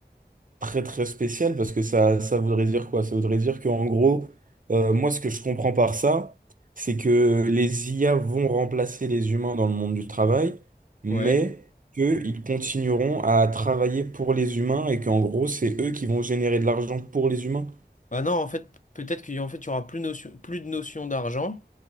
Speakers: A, on the right (about 50°); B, on the left (about 45°).
A: très, très spécial parce que ça, ça voudrait dire quoi? Ça voudrait dire qu'en gros, euh, moi, ce que je comprends par ça, c'est que les IA vont remplacer les humains dans le monde du travail, mais
B: Ouais.
A: qu'ils continueront à travailler pour les humains et qu'en gros, c'est eux qui vont générer de l'argent pour les humains.
B: Bah non, en fait, peut-être qu'il y en fait, il y aura plus, notion- plus de notion d'argent,